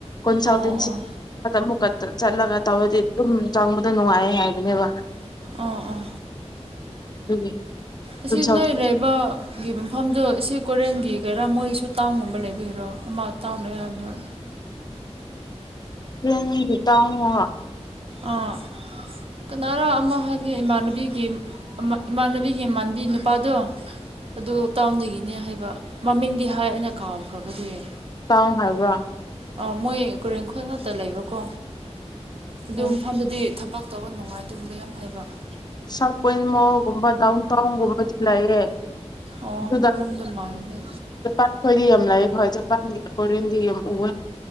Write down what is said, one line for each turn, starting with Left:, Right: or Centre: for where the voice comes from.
Left: ꯀꯣꯟꯁꯜꯇꯦꯟꯁꯤ
Right: ꯑꯣ ꯑꯣ
Left: ꯑꯃꯨꯛꯀ ꯆꯠꯂꯒ ꯇꯧꯔꯗꯤ ꯑꯗꯨꯝ ꯆꯪꯕꯗꯣ ꯅꯨꯡꯉꯥꯏ ꯍꯥꯏꯕꯅꯦꯕ
Right: ꯑꯥ ꯑꯥ
Left: <unintelligible>
Right: ꯑꯁꯤ
Left: ꯀꯣꯟꯁꯜ
Right: ꯅꯣꯏ ꯂꯩꯕ ꯒꯤ ꯃꯐꯝꯗꯣ ꯁꯤ ꯀꯣꯏꯔꯦꯡꯒꯩꯒꯤꯔꯥ ꯃꯣꯏꯁꯨ ꯇꯥꯎꯟꯒꯨꯝꯕ ꯂꯩꯕꯤꯒꯤꯔꯣ ꯑꯃ ꯇꯥꯎꯟ ꯂꯩ ꯍꯥꯏꯕꯗꯣ
Left: <unintelligible>
Right: ꯑꯥ ꯀꯅꯥꯔꯥ ꯑꯃꯥ ꯍꯥꯏꯒꯤ ꯏꯃꯥꯟꯅꯕꯤꯒꯤ ꯏꯃꯥꯟꯅꯕꯤꯒꯤ ꯃꯥꯟꯕꯤ ꯅꯨꯄꯥꯗꯣ ꯑꯗꯨ ꯇꯥꯎꯟꯗꯒꯤꯅꯦ ꯍꯥꯏꯕ ꯃꯃꯤꯡꯗꯤ ꯍꯥꯏ ꯑꯩꯅ ꯀꯥꯎꯈ꯭ꯔꯕꯗꯨꯌꯦ
Left: ꯇꯥꯎꯟ ꯍꯥꯏꯕ꯭ꯔ
Right: ꯑꯥ ꯃꯣꯏ ꯀꯔꯦꯟꯈꯜ ꯉꯠꯇ ꯂꯩꯕꯀꯣ ꯑꯗꯨ
Left: ꯎꯝ
Right: ꯃꯐꯝꯗꯗꯤ ꯊꯕꯛ ꯇꯧꯕ ꯅꯨꯡꯉꯥꯏ ꯑꯗꯨꯒꯨꯝꯕ ꯌꯥꯝ ꯍꯥꯏꯕ <inaudible>
Left: ꯁꯥꯔ ꯄꯣꯏꯟ ꯃꯣꯜꯒꯨꯝꯕ ꯗꯥꯎꯟ ꯇꯥꯎꯟꯒꯨꯝꯕꯗꯤ ꯂꯩꯌꯦ
Right: ꯑꯣ
Left: ꯑꯗꯨꯗ
Right: ꯑꯗꯨꯔꯣꯝꯗ ꯃꯥꯜꯂꯦ
Left: ꯖꯄꯥꯟ ꯈ꯭ꯣꯏꯗꯤ ꯌꯥꯝ ꯂꯥꯛꯑꯦ ꯍꯣꯏ ꯖꯄꯥꯟꯒꯤ ꯀꯣꯔꯤꯌꯟ ꯌꯥꯝ <unintelligible>